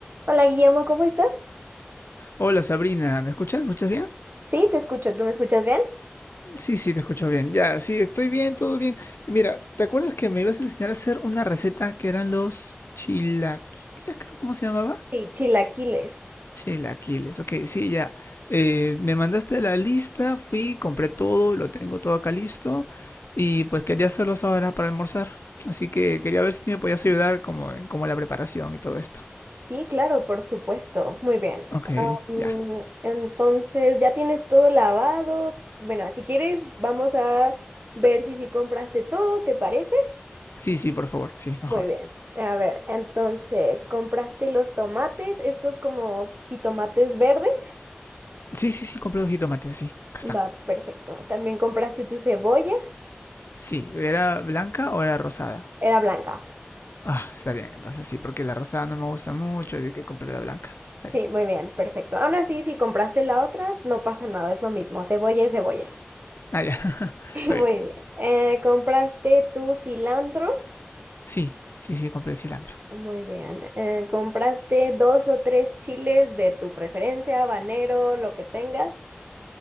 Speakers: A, on the right; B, on the left.
A: Hola Guillermo, ¿cómo estás?
B: Hola Sabrina, ¿me escuchas? ¿Me escuchas bien?
A: Sí, te escucho. ¿Tú me escuchas bien?
B: Sí, sí, te escucho bien. Ya, sí, estoy bien, todo bien. Mira, ¿te acuerdas que me ibas a enseñar a hacer una receta que eran los chilaquiles, creo, ¿cómo se llamaba?
A: Sí, chilaquiles.
B: Chilaquiles, ok, sí, ya. Eh, me mandaste la lista, fui, compré todo, lo tengo todo acá listo y pues quería hacerlos ahora para almorzar. Así que quería ver si me podías ayudar como, en- como la preparación y todo esto.
A: Sí, claro, por supuesto. Muy bien.
B: Ok,
A: Mm,
B: ya.
A: Entonces, ya tienes todo lavado. Bueno, si quieres, vamos a ver si sí compraste todo, ¿te parece?
B: Sí, sí, por favor, sí, mejor.
A: Muy bien. A ver, entonces, ¿compraste los tomates? Estos como jitomates verdes.
B: Sí, sí, sí, compré dos jitomates, sí. Acá están?
A: Va, perfecto. También compraste tu cebolla.
B: Sí, ¿era blanca o era rosada?
A: Era blanca.
B: Ah, está bien, entonces sí, porque la rosada no me gusta mucho, así que compré la blanca. Está
A: Sí,
B: bien.
A: muy bien, perfecto. Aún así, si compraste la otra, no pasa nada, es lo mismo, cebolla y cebolla.
B: Ah, ya, <laughs>
A: <laughs>
B: está
A: Muy
B: bien.
A: bien. Eh, ¿compraste tu cilantro?
B: Sí, sí, sí, compré el cilantro.
A: Muy bien. Eh, ¿compraste dos o tres chiles de tu preferencia, habanero, lo que tengas?